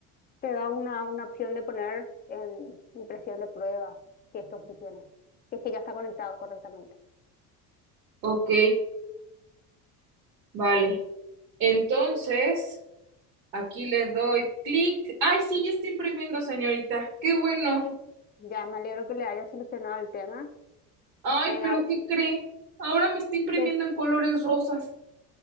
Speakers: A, on the left; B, on the right.
A: te da una, una opción de poner en impresión de prueba, si esto funciona. Si es que ya está conectado correctamente.
B: Ok, vale. Entonces, aquí le doy clic. Ay, sí, ya está imprimiendo, señorita. Qué bueno.
A: Mm. Ya me alegro que le haya solucionado el tema.
B: Ay,
A: En
B: pero
A: au-
B: ¿qué cree? Ahora me está imprimiendo
A: que
B: en colores rosas,